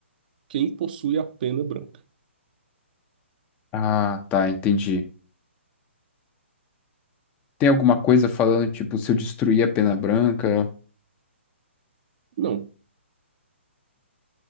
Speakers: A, on the right (about 45°); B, on the left (about 20°).
A: quem possui a pena branca.
B: Ah, tá, entendi. Tem alguma coisa falando, tipo, se eu destruir a pena branca?
A: Não.